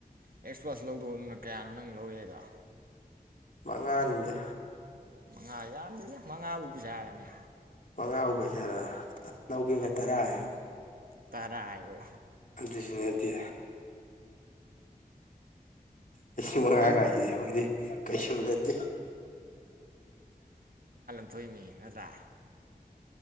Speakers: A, on the right; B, on the left.
A: <unintelligible> ꯂꯧꯗꯧ ꯗꯨꯅ ꯀꯌꯥꯅꯣ ꯅꯪ ꯂꯧꯏ ꯍꯥꯏꯗꯣ
B: ꯃꯉꯥꯅꯤꯗ
A: ꯃꯉꯥꯕꯨ ꯌꯥꯝꯗꯦꯗꯥ ꯃꯉꯥ ꯕꯨ ꯄꯩꯁꯥꯔꯅꯦ
B: ꯃꯉꯥ ꯕꯨ ꯄꯩꯁꯥꯔꯥ ꯂꯧꯒꯦ ꯒ ꯇꯔꯥ ꯍꯥꯏꯌꯨ
A: ꯇꯔꯥ ꯍꯥꯏꯌꯨ
B: ꯑꯗꯨꯏꯁꯨ ꯅꯠꯇꯦ ꯂꯤꯁꯤꯡ ꯃꯉꯥ
A: ꯑꯩꯁꯨ
B: ꯒꯥꯡ ꯍꯥꯌꯗꯨ ꯀꯩꯁꯨ ꯅꯠꯇꯦ
A: ꯊꯣꯛ ꯑꯦ ꯃꯤ ꯅꯥꯠꯔꯥ